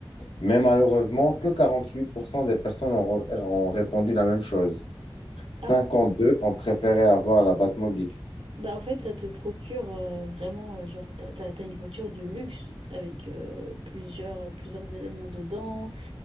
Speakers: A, on the left (about 80°); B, on the right (about 75°).
A: Mais malheureusement, que 48% des personnes ont, ont répondu la même chose. Cinquante-deux
B: Ah,
A: ont préféré avoir la Batmobile.
B: bah en fait, ça te procure euh, vraiment, euh, genre, t'as, t'as- t'as une voiture de luxe avec euh, plusieurs, plusieurs éléments dedans,